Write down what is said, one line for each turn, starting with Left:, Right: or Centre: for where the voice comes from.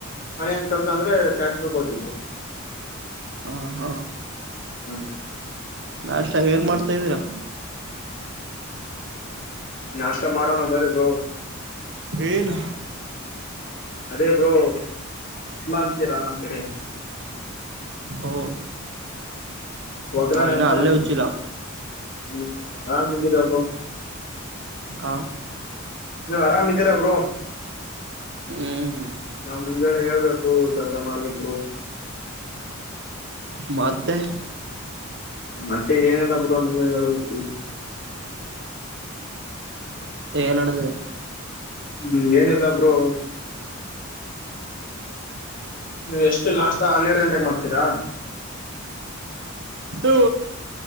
Left: ಮನೇನ್ ಕೆಲ್ಸ ಅಂದ್ರೆ ಟ್ಯಾಕ್ಟರ್ ದ್ತ್ರು
Right: ಹ ಹಾ
Left: ಹ
Right: ನಾಷ್ಟ ಏನ್ ಮಾಡ್ತಾ ಇದ್ದೀರಾ
Left: ನಾಷ್ಟ ಮಾಡೋಣ ಬರೀ ಬ್ರೋ
Right: ಏನು
Left: ಅದೇ ಬ್ರೋ ಉಸ್ಲಾ ಅಂತೀರಾ ನಮ್ ಕಡೆ
Right: ಓ
Left: ಒಗ್ಗರಣೆ
Right: ನಾನು
Left: ಅಂತಾರಲ್
Right: ಇನ್ನ ಹಲ್ಲೆ ಉಜ್ಜಿಲ್ಲ
Left: ಹ್ಮ ಆರಾಮಿದಿರ ಬ್ರೋ
Right: ಹಾ
Left: ನೀವು ಆರಾಮ್ ಇದೀರಾ ಬ್ರೋ
Right: ಹ್ಮ್
Left: ನಾವ್ ಮುಂಜಳೆ ಹೇಳ್ಬೇಕು ಇಂಥವೆಲ್ಲ ಮಾಡ್ಬೇಕೂ ಬ್ರೋ
Right: ಮತ್ತೆ
Left: ಮತ್ತೆ ಏನದ ಬ್ರೋ ನೀವೇ ಹೇಳ್ಬೇಕು
Right: ಏನದೆ
Left: ಹ್ಮ್ ಏನಿಲ್ಲಾ ಬ್ರೋ ನೀವು ಎಷ್ಟು ನಾಷ್ಟ ಹನ್ನೆರಡು ಗಂಟೆೆಗೆ ಮಾಡ್ತೀರಾ
Right: ಬ್ರೋ